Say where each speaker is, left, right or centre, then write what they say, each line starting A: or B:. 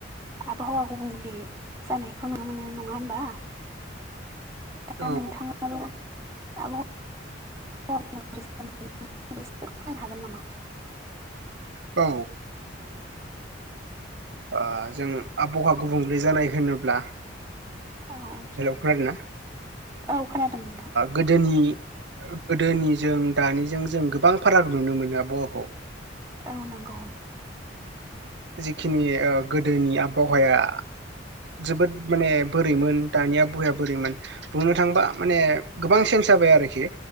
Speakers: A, on the right; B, on the right.
A: आबहावा गुबुंले जानायखौ नुनो मोनो नङा होनबा? दा
B: औ
A: नोंथाङाबो <unintelligible> हागोन नामा?
B: औ ओ जों आबहावा गुबुंले जानाय होनोब्ला
A: औ
B: ख ना
A: औ खोनादों नोंथां
B: गोदोनि गोदोनिजों दानिजों जों गोबां फाराग नुनो मोनाबहाखौ
A: औ नंगौ
B: जिखिनि गोदोनि आबहावाया जोबोद माने बोरैमोन दानिया बुया बोरैमोन बुंनो थांबा माने गोबां चेन्ज जाबाय आरोखि।